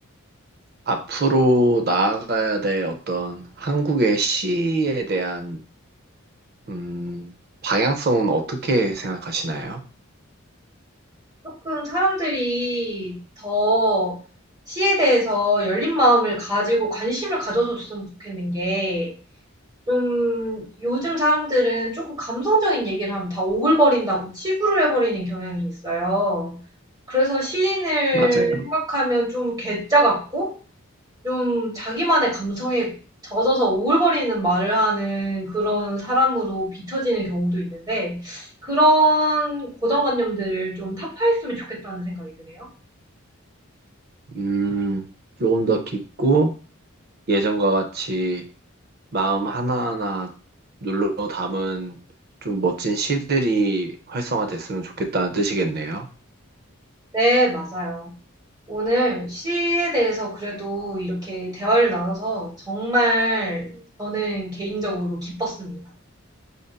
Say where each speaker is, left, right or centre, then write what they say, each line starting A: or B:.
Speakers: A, on the right; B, on the right.
A: 앞으로 나아가야 될 어떤 한국의 시에 대한 음, 방향성은 어떻게 생각하시나요?
B: 조금 사람들이 더 시에 대해서 열린 마음을 가지고 관심을 가져줬으면 좋겠는 게 좀 요즘 사람들은 조금 감성적인 얘기를 하면 다 오글거린다고 치부를 해 버리는 경향이 있어요. 그래서 시인을
A: 맞아요.
B: 생각하면 좀 괴짜 같고 좀 자기만의 감성에 젖어서 오글거리는 말을 하는 그런 사람으로 비춰지는 경우도 있는데 그런 고정관념들을 좀 타파했으면 좋겠다는 생각이 드네요.
A: 음, 조금 더 깊고 예전과 같이 마음 하나하나 눌러 담은 좀 멋진 시들이 활성화됐으면 좋겠다는 뜻이겠네요.
B: 네, 맞아요. 오늘 시에 대해서 그래도 이렇게 대화를 나눠서 정말 저는 개인적으로 기뻤습니다.